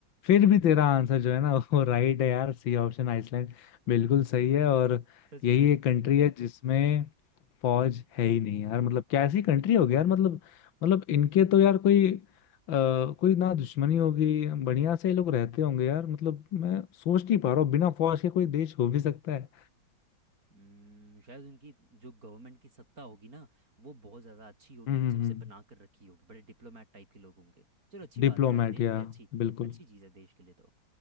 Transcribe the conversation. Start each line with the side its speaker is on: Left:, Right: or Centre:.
Left: फिर भी तेरा आंसर जो है ना <laughs> वो राइट है यार सी ऑप्शन आइसलैंड बिल्कुल सही है और
Right: सच
Left: यही
Right: में
Left: एक कंट्री है जिसमें फौज है ही नहीं यार मतलब कैसी कंट्री होगी यार मतलब मतलब इनके तो यार कोई आ, कोई ना दुश्मनी होगी बढ़िया से ये लोग रहते होंगे यार मतलब मैं सोच नहीं पा रहा हूँ बिना फौज के कोई देश हो भी सकता है
Right: हम्म शायद उनकी जो गवर्नमेंट की सत्ता होगी ना वो बहुत ज़्यादा अच्छी होगी
Left: हम्म
Right: और उन सबसे
Left: हम्म हम्म
Right: पनाह कर रखी होगी बड़े डिप्लोमेट टाइप के लोग होंगे चलो अच्छी बात
Left: डिप्लोमेट
Right: है यार देश
Left: या
Right: के लिए अच्छी
Left: बिल्कुल
Right: अच्छी चीज़ है देश के लिए तो